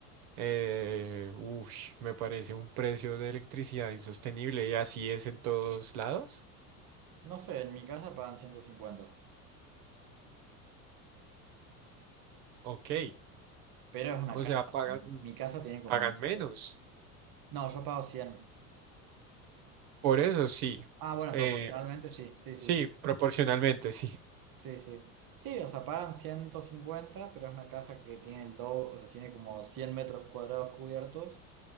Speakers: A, on the right; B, on the right.
A: eh, ush, me parece un precio de electricidad insostenible y así es en todos lados.
B: No sé, en mi casa pagan 150,
A: Ok,
B: pero es una
A: o
B: casa.
A: sea, pagan,
B: Mi casa tiene como...
A: pagan
B: no
A: menos.
B: sé. No, yo pago cien.
A: Por eso sí.
B: Ah, bueno,
A: eh,
B: proporcionalmente sí, sí,
A: sí,
B: sí, sí,
A: proporcionalmente, sí.
B: sí, sí. Sí, o sea, pagan 150, pero es una casa que tiene el doble, o sea, tiene como 100 metros cuadrados cubiertos